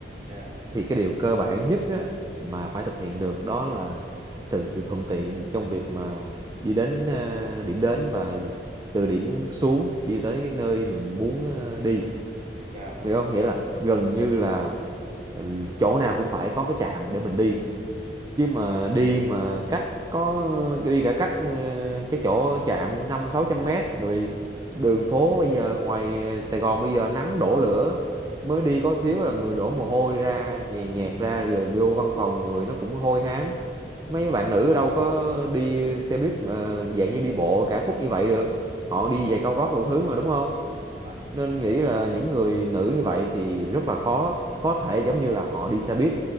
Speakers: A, on the right; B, on the right.
A: yeah.
B: thì cái điều cơ bản nhất á, mà phải thực hiện được đó là sự thuận tiện trong việc mà đi đến ờ, điểm đến và từ điểm xuống đi tới cái nơi mình muốn ờ, đi
A: Yeah.
B: hiểu không nghĩa là gần như là ừ, chỗ nào cũng phải có cái trạm để mình đi chứ mà đi mà cách có đi cả cách ờ, cái chỗ trạm năm sáu trăm mét rồi đường phố bây giờ ngoài Sài Gòn bây giờ nắng đổ lửa mới đi có xíu là người đổ mồ hôi ra nhè nhẹt ra rồi vô văn phòng người nó cũng hôi hám mấy bạn nữ đâu có đi xe buýt mà dạng như đi bộ cả khúc như vậy được họ đi giày cao gót đủ thứ mà đúng không
A: À.
B: nên nghĩ là những người nữ như vậy thì rất là khó có thể giống như là họ đi xe buýt